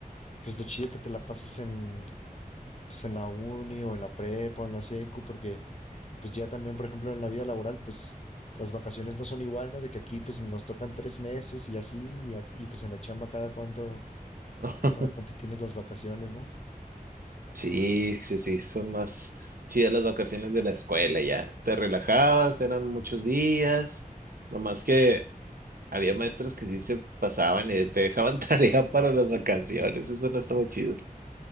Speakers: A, on the left; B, on the right.
A: pues lo chido que te la pasas en, pues en la uni o en la prepa o en la secu, porque pues ya también, por ejemplo, en la vida laboral, pues las vacaciones no son igual, ¿no? De que aquí pues nos tocan tres meses y así, y, a- y, pues en la chamba cada cuánto,
B: <laughs>
A: cada cuánto tienes las vacaciones, ¿no?
B: Sí, sí, sí, son más chidas las vacaciones de la escuela ya. Te relajabas, eran muchos días. Nomás que había maestros que sí se pasaban y te dejaban <laughs> tarea para las vacaciones, eso no estaba chido.